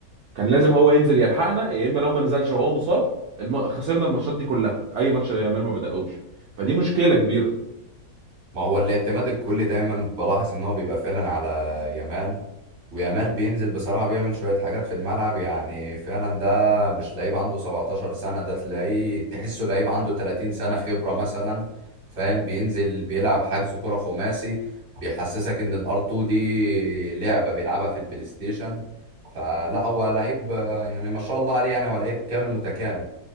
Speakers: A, on the right; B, on the right.
A: كان لازم هو ينزل يلحقنا يا اما لو ما نزلش وهو مصاب الم... خسرنا الماتشات دي كلها اي ماتش يامال ما بدأهوش فدي مشكلة كبيرة
B: ما هو الاعتماد الكلي دايما بلاحظ ان هو بيبقى فعلا على يامال ويامال بينزل بصراحة بيعمل شوية حاجات في الملعب يعني فعلا ده مش لعيب عنده 17 سنة ده تلاقيه تحسه لعيب عنده 30 سنة خبرة مثلا فاهم بينزل بيلعب حجز كرة خماسي بيحسسك ان الار 2 دي لعبة بيلعبها في البلاي ستيشن فلا هو لعيب آه، يعني ما شاء الله عليه يعني هو لعيب كامل متكامل